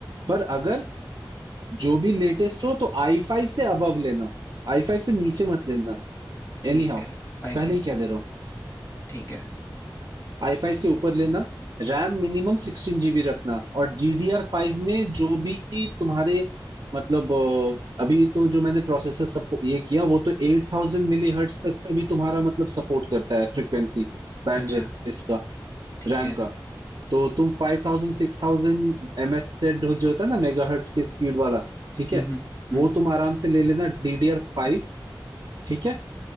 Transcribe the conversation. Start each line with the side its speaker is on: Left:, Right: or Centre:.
Right: पर अगर जो भी लेटेस्ट हो तो आई फाइव से अबव लेना आई फाइव से नीचे मत लेना
Left: ठीक
Right: एनी हाउ
Left: है आई
Right: पहले
Left: फाइव
Right: ही कह
Left: से ऊपर
Right: दे रहा हूँ
Left: ठीक है
Right: आई फाइव से ऊपर लेना रैम मिनिमम सिक्सटीन जीबी रखना और डी डी आर फाइव में जो भी तुम्हारे मतलब अ, अभी तो जो मैंने प्रोसेसर सब ये किया वो तो एट थाउजेंड मिली हर्ट्स तक का भी तुम्हारा मतलब सपोर्ट करता है फ्रिक्वेंसी बैंडविड्थ
Left: अच्छा
Right: इसका
Left: ठीक
Right: रैम
Left: है
Right: का तो तुम फाइव थाउजेंड सिक्स थाउजेंड एम एच से डो- जो होता है ना मेगाहर्ट्ज के स्पीड वाला ठीक है
Left: हम्म हम्म
Right: वो
Left: हम्म,
Right: तुम आराम से ले लेना DDR5 फाइव ठीक है